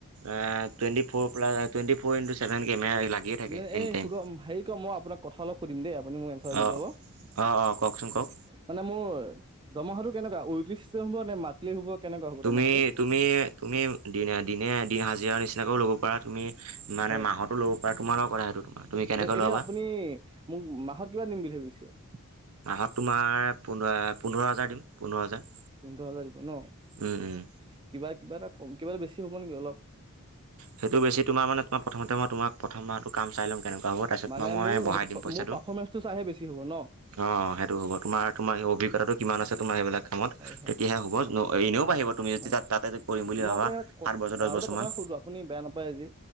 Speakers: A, on the right; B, on the right.
A: এ twenty four plus twenty four into seven camera লাগিয়ে থাকে
B: নে
A: এনিটাইম,
B: এই সুধো হেৰি ক মই আপোনাক কথা অলপ সুধিম দেই আপুনি মোক এনচাৰ দি
A: অ'
B: যাব
A: অ, অ, কওকচোন কওক
B: মানে মোৰ দৰমহাটো কেনেকুৱা, উইকলি চিষ্টেম হ'ব নে মান্থলি হ'ব কেনেকুৱা হ'ব
A: তুমি,
B: দৰমহাটো?
A: তুমি, তুমি দিনে দিনে দিন হাজিৰাও নিচিনাকেও ল'ব পৰা তুমি মানে
B: হয়,
A: মাহতো ল'ব পাৰা তোমাৰ লগত কথা সেইটো তোমাৰ তুমি কেনেকৈ
B: এনে
A: ল'বা
B: আপুনি মোক মাহত কিমান দিম বুলি ভাবিছে? <inaudible>
A: মাহত তোমাৰ পোন পোন্ধৰ হাজাৰ দিম, পোন্ধৰ হাজাৰ।
B: পোন্ধৰ হাজাৰ দিব ন,
A: উম উম
B: কিবা, কিবা এটা কম কিবা এটা বেছি হ'ব নেকি অলপ?
A: সেইটো বেছি তোমাৰ মানে তই প্ৰথমতে মই তোমাক প্ৰথম মাহটো কাম চাই ল'ম কেনেকুৱা হ'ব তাৰপিছত
B: মানে
A: মৰা মই
B: মোৰ
A: বঢ়াই
B: সেইটো
A: দিম পইচাটো।
B: মোৰ পাৰফৰ্মেন্ঞ্চটো চাইহে বেছি হ'ব ন?
A: অ সেইটো হ'ব তোমাৰ তোমাৰ অভিজ্ঞতাটো কিমান আছে তোমাৰ সেইবিলাক। কামত
B: হয় হয়
A: তেতিয়াহে হ'ব এনেও
B: হয়
A: বাঢ়িব তুমি যদি
B: হয়।
A: ত তাতে কৰিম বুলি
B: মই
A: ভাবা
B: আপোনাক এটা
A: সাত বছৰ দহ
B: আৰু
A: বছৰ
B: এটা কথা
A: মান।
B: সুধো আপুনি বেয়া নাপায় আজি।